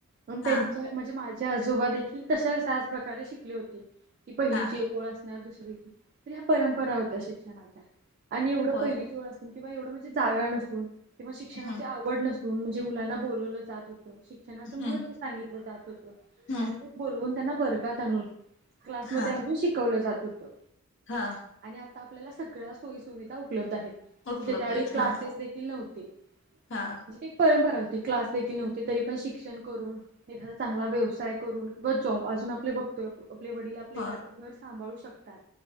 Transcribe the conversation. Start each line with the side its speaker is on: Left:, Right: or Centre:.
Right: मग त्यांच्या
Left: हा
Right: म्हणजे माझ्या आजोबा देखील तशाच त्याच प्रकारे शिकले होते की पहिलीची
Left: हा
Right: एक ओळ असणार दुसरीची <unintelligible> ह्या परंपरा होत्या शिक्षणाच्या आणि एवढं
Left: होय
Right: पहिली ओळ असून किंवा एवढं म्हणजे जागा नसून किंवा शिक्षणाची
Left: हम्म
Right: आवड नसून म्हणजे मुलांना बोललावलं जात होतं शिक्षणाच महत्व
Left: हम्म
Right: सांगितलं जात होत
Left: हम्म
Right: आणि ते बोलवून त्यांना वरगात आणून क्लासमध्ये
Left: हा
Right: आणुन शिकवलं जात होतं
Left: हा
Right: आणि आता आपल्याला सगळ्या सोयीसुविधा उपलब्ध आहेत म्हणजे
Left: उपलब्ध
Right: त्यावेळी
Left: आहेत
Right: क्लासेस
Left: हा
Right: देखील नव्हते
Left: हा
Right: म्हणजे एक परंपरा होती क्लास देखील नव्हती तरी पण शिक्षण करून एखादा चांगला व्यवसाय करून व जॉब अजून आपले बघतोय <unintelligible> आपले वडील आपलं
Left: हो
Right: एखादं घर सांभाळू शकतात